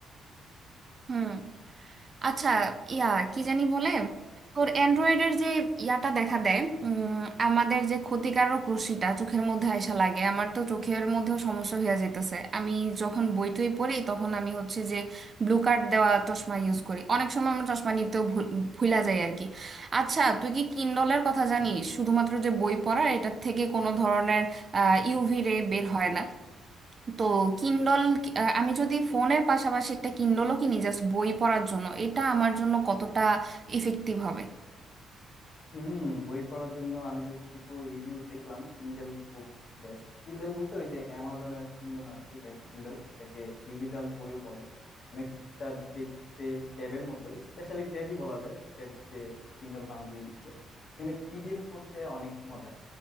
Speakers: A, on the right; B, on the left.
A: হুম আচ্ছা ইয়া কি জানি বলে তোর অ্যান্ড্রয়েডের যে ইয়াটা দেখা দেয় উম, আমাদের যে ক্ষতিকারক রশ্মিটা চোখের মধ্যে আয়সা লাগে আমার তো চোখের মধ্যেও সমস্যা হয়ে যেতেছে আমি যখন বই টই পড়ি তখন আমি হচ্ছে যে ব্লু কার্ড দেওয়া চশমা ইউজ করি অনেক সময় আমার চশমা নিতেও ভুল- ভুলা যায় আর কি আচ্ছা তুই কি কিন্ডলের কথা জানিস শুধুমাত্র যে বই পড়া এটার থেকে কোনো ধরনের ইউভি রে বের হয় না তো কিন্ডল আমি যদি ফোনের পাশাপাশি একটা কিন্ডলও কিনি জাস্ট বই পড়ার জন্য এটা আমার জন্য কতটা ইফেক্টিভ হবে
B: হুম বই পড়ার জন্য আমি যতটুকু রিভিউ দেখলাম কিন্ডেল বুক বেস্ট কিন্ডেল বলতে ওই যে অ্যামাজনের কিন্ডল আর কি এটা কিন্ডল এটাকে ডিজিটাল বইও বলে অনেকটা দেখতে ট্যাবের মতোই স্পেশালি ট্যাবই বলা যায় ট্যাবকে কিন্ডল নাম দিয়ে দিছে এখানে পিডিএফ পড়তে অনেক মজা